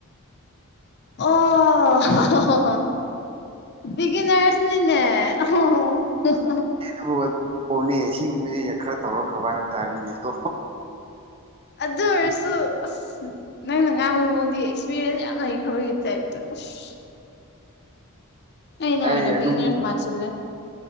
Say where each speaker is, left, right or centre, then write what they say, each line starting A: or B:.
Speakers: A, on the left (about 50°); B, on the right (about 25°).
A: ꯑꯣꯍ‌ꯣꯍ‌ꯣ ꯕꯤꯒꯅꯔꯁꯅꯤꯅꯦ <unintelligible>
B: ꯑꯗꯨꯕꯨꯅꯦ ꯁꯤꯒꯨꯝꯕꯁꯤ ꯈꯔ ꯇꯧꯔ ꯀꯔꯕꯥꯔ ꯍꯥꯏꯕ ꯇꯥꯔꯦꯅꯦꯀꯣ
A: ꯑꯗꯨ ꯑꯣꯏꯔꯁꯨ ꯑꯁ ꯅꯪꯅ ꯉꯥꯡꯕ ꯃꯑꯣꯡꯗꯤ ꯑꯦꯛꯁꯄꯤꯔꯤꯌꯦꯟꯁ ꯌꯥꯝ ꯂꯩꯈ꯭ꯔꯕꯒꯤ ꯇꯥꯏꯞꯇ ꯑꯁ ꯑꯩꯅꯣ
B: ꯑꯩ
A: ꯑꯩꯅ
B: ꯑꯗꯨꯝ
A: ꯕꯤꯒꯅꯤꯔꯁ ꯃꯥꯟꯁꯤꯜꯂ‍ꯦ